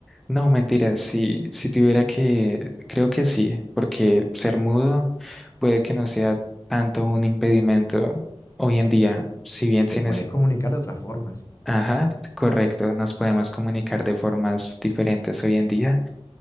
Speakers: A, in the centre; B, on the left.
A: No, mentira, si, si tuviera que, creo que sí, porque ser mudo puede que no sea tanto un impedimento hoy en día,
B: O sea,
A: si bien sin
B: te puedes
A: es,
B: comunicar de otras formas,
A: Ajá, correcto, nos podemos comunicar de formas diferentes hoy en día